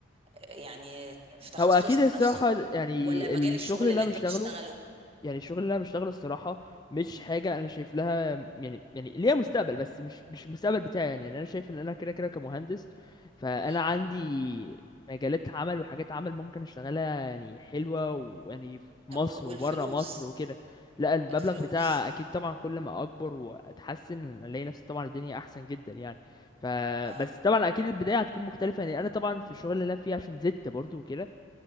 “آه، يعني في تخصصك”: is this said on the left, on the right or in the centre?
Right